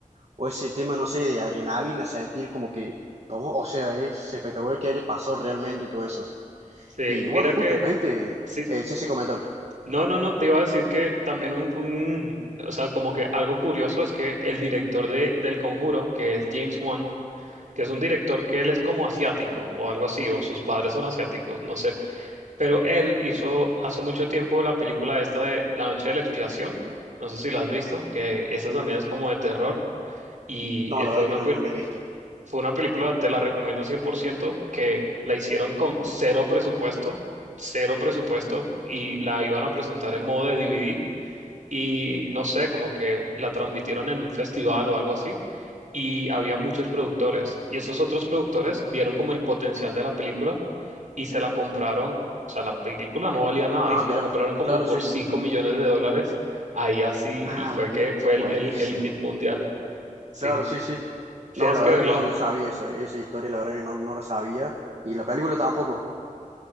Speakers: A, on the right; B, on the right.
A: o ese tema, no sé, de adrenalina, sentir como que, ¿cómo? O sea, es espectacular que haya pasado realmente todo eso.
B: sí,
A: Y bueno,
B: mira
A: justamente,
B: que, sí,
A: eh, sí, sí, coméntame.
B: no, no, no, te iba a decir que también un, un- o sea, como que algo curioso es que el director de, del Conjuro, que es James Wan, que es un director que él es como asiático o algo así, o sus padres son asiáticos, no sé. Pero él hizo hace mucho tiempo la película esta de La Noche de la Expiación. No sé si la has visto, que esta
A: Mm,
B: también es como de terror. Y
A: no,
B: eh,
A: la
B: fue
A: verdad
B: una,
A: que no,
B: pe-
A: no lo he visto.
B: fue una película, te la recomiendo 100%, que la hicieron con cero presupuesto, cero presupuesto, y la iban a presentar en modo de DVD y no sé, como que la transmitieron en un festival o algo así, y había muchos productores, y esos otros productores vieron como el potencial de la película y se la compraron, o sea, la película no valía nada
A: Ah,
B: y se
A: mira,
B: la compraron como
A: claro,
B: por
A: sí.
B: 5 millones de dólares, ahí así,
A: Ah,
B: y fue
A: vi-
B: que fue
A: buenísimo.
B: el, el, el hit mundial. Sí,
A: Claro, sí, sí.
B: tienes
A: No, la
B: que
A: verdad
B: verla.
A: que no, no sabía esa, esa historia, la verdad que no, no la sabía. Y la película tampoco.